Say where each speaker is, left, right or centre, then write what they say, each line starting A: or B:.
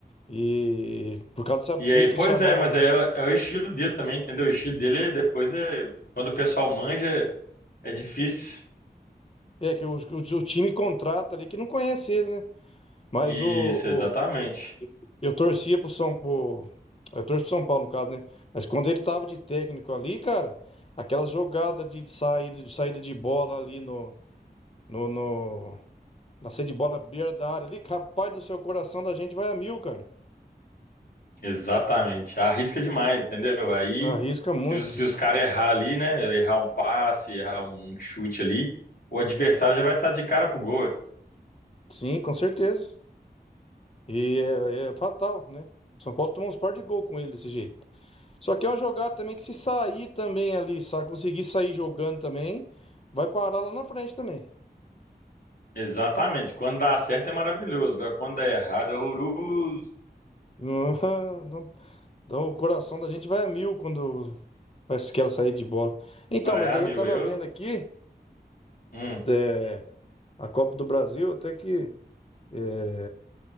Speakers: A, on the left (about 35°); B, on the left (about 60°).
A: E por causa dessa briga
B: E aí, pois
A: que ele chamou.
B: é, mas é, é o estilo dele também, entendeu? O estilo dele é, depois é. Quando o pessoal manja, é difícil.
A: É, que o, que o, o time contrata ali, que não conhece ele, né? Mas
B: Isso,
A: o, o-
B: exatamente.
A: eu torcia pro São pro, Eu torço pro São Paulo, no caso, né? Mas quando ele tava de técnico ali, cara, aquela jogada de saída de, saída de bola ali no, no, no- na saída de bola na beira da área ali, capaz do seu coração da gente vai a mil, cara.
B: Exatamente. Arrisca demais, entendeu? Aí,
A: Arrisca muito.
B: se os, se os caras errar ali, né? Errar um passe, errar um chute ali, o adversário já vai estar de cara pro gol. é.
A: Sim, com certeza. E é, é fatal, né? São Paulo tomou uns par de gol com ele desse jeito. Só que é uma jogada também que se sair também ali, sabe? Conseguir sair jogando também, vai parar lá na frente também.
B: Exatamente. Quando dá certo é maravilhoso. Agora, quando dá errado é horroroso.
A: <laughs> Não- Então o coração da gente vai a mil quando faz aquela saída de bola. Então,
B: Vai
A: mas daí
B: a mil.
A: eu tava
B: Eu.
A: vendo aqui,
B: Hum.
A: é, a Copa do Brasil, até que é,